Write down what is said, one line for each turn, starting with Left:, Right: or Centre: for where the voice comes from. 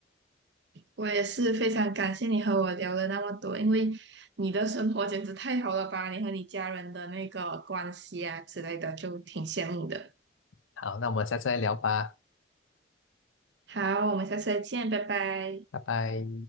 Right: 我也是非常感谢你和我聊了那么多，因为你的生活简直太好了吧，你和你家人的那个关系啊之类的，就挺羡慕的。
Left: 好，那我们下次再聊吧，
Right: 好，我们下次再见，拜拜。
Left: 拜拜。